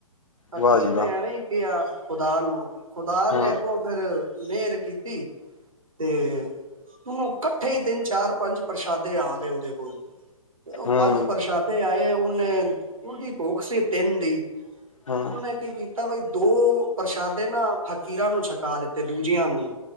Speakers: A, on the right; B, on the left.
A: ਫ਼ਕੀਰ
B: ਵਾਹ ਜੀ
A: ਨੇ
B: ਵਾਹ।
A: ਐਵੇਂ ਹੀ ਕਿਹਾ ਖੁਦਾ ਨੂੰ। ਖੁਦਾ ਨੇ
B: ਹੂੰ,
A: ਅੱਗੋਂ ਫਿਰ ਮਿਹਰ ਕੀਤੀ, ਤੇ ਉਨੂੰ ਇਕੱਠੇ ਤਿੰਨ-ਚਾਰ-ਪੰਜ ਪ੍ਰਸ਼ਾਦੇ ਆ ਗਏ ਉਹਦੇ ਕੋਲ। ਜਦੋਂ
B: ਹੂੰ,
A: ਪੰਜ ਪ੍ਰਸ਼ਾਦੇ ਆਏ, ਉਹਨੇ ਉਹਦੀ ਭੁੱਖ ਸੀ ਤਿੰਨ ਦੀ,
B: ਹੂੰ,
A: ਉਹਨੇ ਕੀ ਕੀਤਾ ਦੋ ਪ੍ਰਸ਼ਾਦੇ ਨਾ, ਫ਼ਕੀਰਾਂ ਨੂੰ ਛਕਾ ਦਿੱਤੇ ਦੂਜਿਆਂ ਨੂੰ,